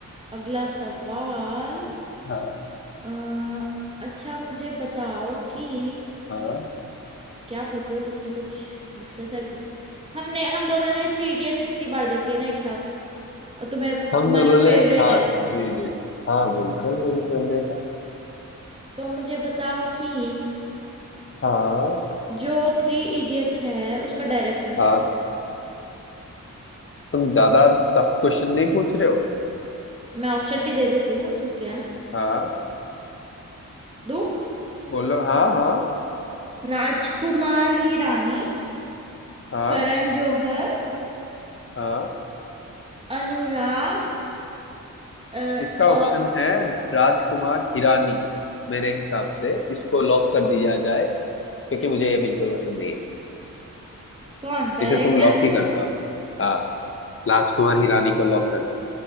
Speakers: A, on the right; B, on the left.
A: अगला सवाल
B: हाँ
A: आ, अच्छा मुझे बताओ कि
B: हाँ
A: क्या पूछूं तुमसे कुछ मुश्किल सा ही पूछ हमने हम दोनों ने थ्री इडियट्स कितनी बार देखी है ना एक साथ और तुम्हें
B: हम
A: तुम्हारी
B: दोनों
A: फेवरेट
B: ने हाँ
A: है
B: थ्री इडियट्स हाँ बिल्कुल मेरी फेवरेट है
A: तो मुझे बताओ कि
B: हाँ
A: जो थ्री इडियट्स है उसका डायरेक्टर कौन
B: हाँ
A: था
B: तुम ज्यादा टफ क्वेश्चन नहीं पूछ रहे हो
A: मैं ऑप्शन भी दे देती हूँ इट्स ओके हाँ
B: हाँ
A: दो
B: बोलो हाँ हाँ
A: राजकुमार हिरानी
B: हाँ
A: करण जौहर
B: हाँ
A: अनुराग अ,
B: इसका ऑप्शन
A: अ,
B: है राजकुमार हिरानी मेरे हिसाब से इसको लॉक कर दिया जाए क्योंकि मुझे ये बिल्कुल पसंद नहीं है
A: कौन डायरेक्टर
B: इसे तुम लॉक ही कर दो हाँ राजकुमार हिरानी को लॉक कर दो